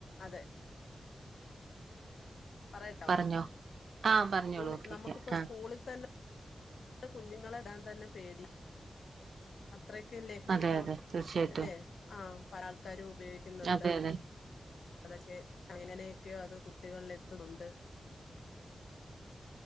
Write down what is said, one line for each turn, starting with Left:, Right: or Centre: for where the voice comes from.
Left: അതെ പറയട്ടോ
Right: പറഞ്ഞോ
Left: ആ
Right: ആഹ് പറഞ്ഞോളൂ
Left: സ്കൂളിൽ
Right: ഓക്കെ
Left: നമക്കിപ്പ
Right: ഓക്കെ ആഹ്
Left: സ്കൂളിൽ തന്നെ കുഞ്ഞുങ്ങളെവിടാൻതന്നെ പേടിയ അത് അത്രക്ക <unintelligible>
Right: അതെ
Left: ഇപ്പം
Right: അതെ തീർച്ചയായിട്ടും
Left: അല്ലേ ആഹ് പല ആൾക്കാരും ഉപയോഗിക്കുന്നുണ്ട്
Right: അതെ അതെ
Left: അതക്കെ എങ്ങനെയൊക്കെയോ അത് കുട്ടികളിലെത്തുന്നുണ്ട്